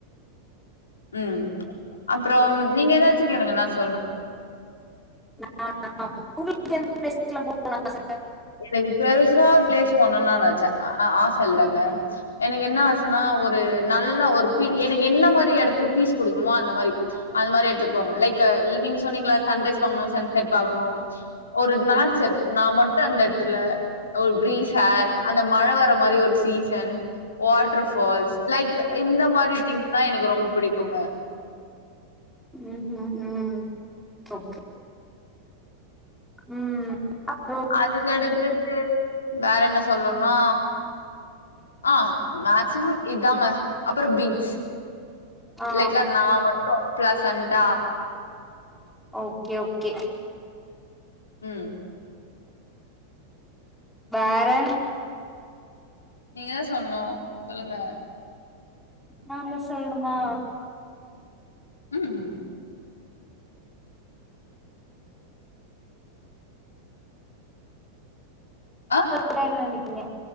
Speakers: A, on the left; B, in the centre.
A: ம் அப்புறம் நீங்க ஏதாச்சு கேளுங்க நா சொ
B: நா உங்களுக்கு எந்தெந்த ப்ளேஸ்லா போணுன்னு ஆச
A: எனக்கு பெருசா பிளேஸ் போணுன்லா நெனச்ச ஆச இல்லங்க எனக்கு என்ன ஆசன்னா ஒரு நல்ல ஒரு பீ எனக்கு என்ன மாரி எடத்துல பீஸ் குடுக்குமோ அந்த மாரி அது மாரி எட்துக்கு போனு லைக்கு நீங்க சொன்னீங்களா சன்ரைஸ் பாக்ணு சன் செட் பாக்ணு ஒரு நாச்சர் நா மட்டு அந்த எடத்துல ஒரு பீரீஸ் டார் அந்த மழ வர மாரி ஒரு சீசன் வாட்டர் ஃபால்ஸ் லைக் இந்த மாரி திங்ஸ் தா எனக்கு ரொம்ப பிடிக்குங்க
B: ம்ஹு ம் ஓகே ம் அப்றோ
A: அதுக்கடுத்து வேற என்ன சொல்லும்னா ஆ மேக்சிமம் இதாங்க அப்பறம் பீச்
B: ஆ
A: லைக்கா நா மட்டு பிளஸண்டா
B: ஓகே ஓகே
A: ம்
B: வார
A: நீங்க தா சொல்னு சொல்லுங்க
B: நான்தா சொல்ணுமா
A: ம் ஆ
B: ப்ளாண் பண்ணிக்கிங்க